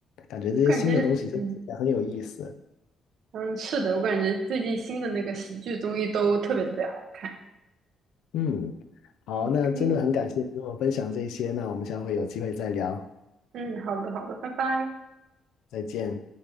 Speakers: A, on the left; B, on the right.
A: 感觉这些新的东西真的很有意思。
B: 我感觉嗯。嗯，是的，我感觉最近新的那个喜剧综艺都特别特别好看。
A: 嗯，好，
B: OK，
A: 那真的很感谢你跟我分享这些，那我们下回有机会再聊，
B: 嗯，好的，好的，拜拜。
A: 再见。